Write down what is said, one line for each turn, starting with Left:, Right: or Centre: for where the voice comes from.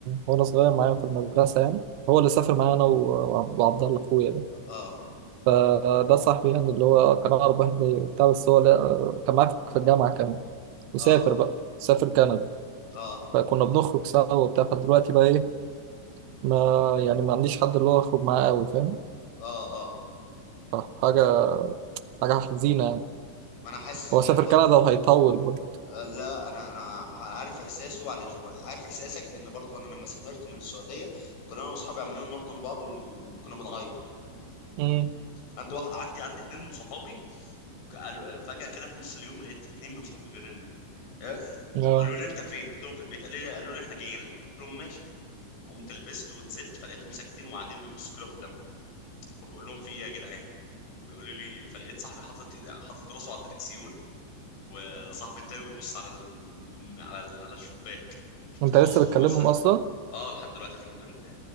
Right: وانا صغير معايا في المدرسه يعني هو اللي سافر
Left: اه
Right: معايا انا و- وعب- وعبد الله اخويا ده
Left: اه
Right: آه، ده صاحبي يعني اللي هو كان اقرب واحد ليا وبتاع بس هو لا آه، كان معايا في الجامعه كمان وسافر
Left: اه اه
Right: بقى سافر كندا
Left: اه
Right: فكنا بنخرج سوا وبتاع فدلوقتي بقى ايه ما يعني ما عنديش حد اللي هو اخرج معاه قوي فاهم
Left: اه, آه. آه.
Right: فحاجه حاجه حزينه يعني
Left: ما انا حاسس بيك
Right: هو سافر
Left: والله
Right: كندا وهيطول برضه
Left: آه، لا انا انا عارف احساسه على عارف احساسك لان برضو انا لما سافرت من السعوديه كنا انا واصحابي عمالين نحضن بعض ون- وكنا بنغير
Right: امم
Left: عندي واحد عندي عندي اتنين من صحابي قالوا فجاه كده في نص اليوم لقيت اتنين من صحابي بيرنوا آه،
Right: اه
Left: قالوا لي انت فين قلت لهم في البيت قالوا لي قالوا لي احنا جايين لك قلت لهم ماشي قمت لبست ونزلت فلقيتهم ساكتين وقاعدين بيبصوا كده قدامهم فبقول لهم في ايه يا جدعان فبيقولوا لي فلقيت صاحبي حاطط حاطط راسه على الدركسيون وصاحبي التاني بيبص على ال... على ال... على الشباك
Right: انت
Left: كنت خلاص
Right: لسه
Left: اقول
Right: بتكلمهم
Left: له مثلا
Right: اصلا؟
Left: اه لحد دلوقتي الحمد لله